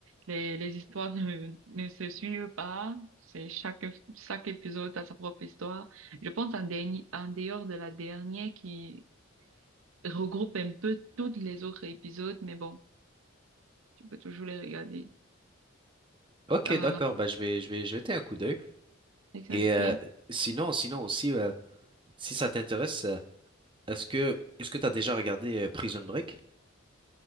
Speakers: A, on the right; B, on the right.
A: les, les histoires ne, ne se suivent pas. C'est chaque, chaque épisode a sa propre histoire. Je pense en dernier, en dehors de la dernière qui regroupe un peu tous les autres épisodes, mais bon, tu peux toujours les regarder.
B: Ok,
A: Ah,
B: d'accord, bah je vais, je vais jeter un coup d'œil.
A: exactement.
B: Et euh, sinon, sinon aussi, euh, si ça t'intéresse, euh, est-ce que, est-ce que t'as déjà regardé euh, Prison Break?